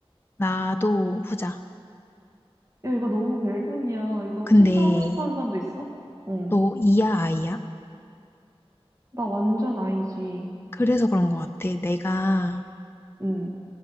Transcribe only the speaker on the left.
나도 후자.
근데
너 이야, 아이야?
그래서 그런 것 같아. 내가,